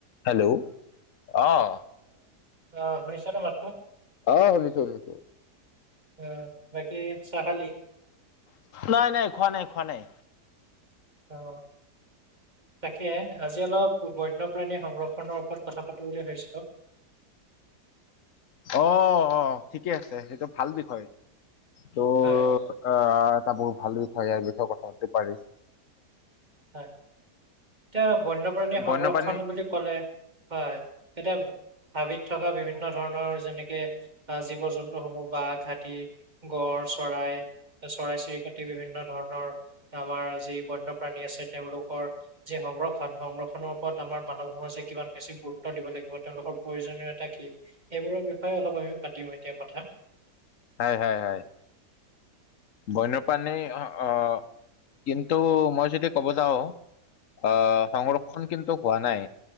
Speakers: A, on the left; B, on the right.
A: Hello আহঁ
B: অঁ শুনিছ নে মাতটো
A: অ', শুনিছো শুনিছো।
B: আহ বাকী চ খালি
A: নাই নাই খোৱা নাই খোৱা নাই।
B: অঁ তাকে আজি অলপ বন্যপ্ৰাণী সংৰক্ষনৰৰ ত কথা পাতিব বুলি ভাবিছো
A: অঁ অঁ ঠিকে আছে সেইটো ভাল বিষয় ত'
B: হয়
A: আহটা বোৰ ভাল বিষ ইাৰ বিষয়ে কথা হতি পি
B: হয় এতিয়া বন্যপ্ৰাণী সংৰক্ষণ
A: বন্যপ্ৰাণী
B: বুলি কলে হয় এতিয়া হাবিত থকা বিভিন্ন বিভিন্ন ধৰণৰ যেনেকে আঁহ জীৱ জন্তুসমূহ বাঘ হাতী গড় চৰাই চৰাই চিৰিকতি বিভিন্ন ধৰণৰ আমাৰ যি বন্যপ্ৰাণী আছে তেওঁলোকৰ যি সংৰক্ষণ সংৰক্ষণৰ ওপৰত আমাৰ মানৱ সমাজে কিমান বেছি গুৰুত্ব দিব লাগিব তেওঁলোক- প্ৰয়োজনীয়তা কি এইবোৰৰ বিষয়ে অলপ আমি পাতিম এতিয়া কথা
A: হয় হয় হয়। বন্যপ্ৰাণীৰ অঁ কিন্তু মই যদি ক'ব যাওঁ। আহ সংৰক্ষণ কিন্তু হোৱা নাই।